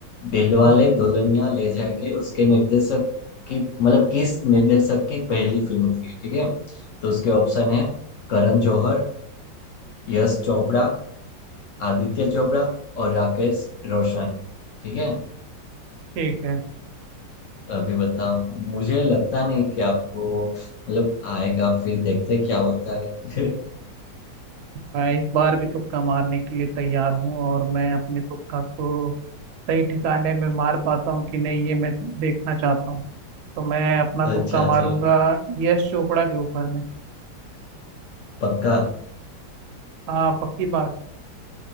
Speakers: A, on the left; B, on the right.
A: दिलवाले
B: हाँ
A: दुल्हनिया ले जाएंगे उसके निर्देशक की मतलब किस निर्देशक की पहली फिल्म थी ठीक है तो उसके ऑप्शन है करण जौहर यश चोपड़ा आदित्य चोपड़ा और राकेश रोशन ठीक है
B: ठीक है
A: अभी बताओ मुझे लगता नहीं कि आपको मतलब आएगा फिर देखते हैं क्या होता है <laughs>
B: मैं इस बार भी तुक्का मारने के लिए तैयार हूँ और मैं अपने तुक्का को सही ठिकाने में मार पाता हूँ कि नहीं ये मैं देखना चाहता हूँ तो मैं अपना तुक्का
A: अच्छा
B: मारूंगा
A: चलो
B: यश चोपड़ा के ऊपर में
A: पक्का
B: हाँ पक्की बात